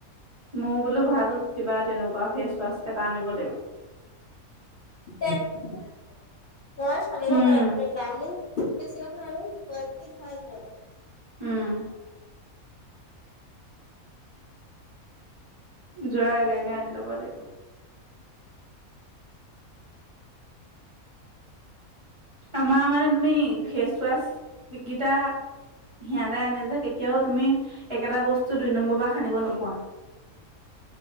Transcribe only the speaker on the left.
তেন ৰিমভাৰ আনিব
পাৰা কিন্তু দামো বেছি নহয় আৰু কোৱালটি ভালত